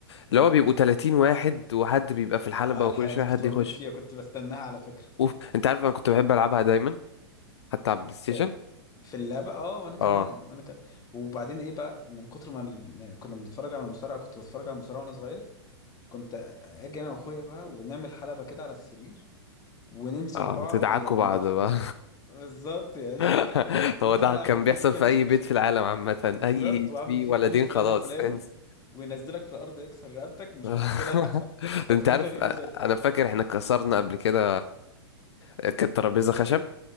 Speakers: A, on the left; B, on the left.
A: اللي هو بيبقوا 30 واحد وحد بيبقى في الحلبة
B: اه الحلقه
A: وكل شوية
B: دي
A: حد
B: كنت بموت
A: يخش
B: فيها كنت بستناها على فكره
A: اوف انت عارف انا كنت بحب العبها دايما حتى على البلاي ستيشن
B: في في اللعبه اه وانا كمان
A: اه
B: وانا كمان وبعدين ايه بقى من كتر ما ال- يعني كنا بنتفرج على المصارعه كنت بتفرج على المصارعه وانا صغير كنت اجي انا واخويا بقى ونعمل حلبه كده على السرير ونمسك
A: اه
B: بعض
A: بتدعكوا
B: يعني
A: بعض
B: طحن
A: بقى
B: بالظبط يعني
A: <laughs>
B: <laughs> وتعالى
A: هو ده كان
B: اعمل
A: بيحصل
B: فيك فينش
A: في اي
B: مش
A: بيت في العالم عامة
B: بالظبط
A: اي
B: واعمل
A: في
B: فيك
A: ولدين
B: فينش فلان
A: خلاص
B: الفلاني
A: انسى
B: وينزلك في الارض يكسر رقبتك مش
A: <laughs>
B: مشكله <laughs> هتقوم
A: انت عارف
B: تاني يوم
A: آه،
B: زي الفل
A: انا فاكر احنا كسرنا قبل كده كانت ترابيزة خشب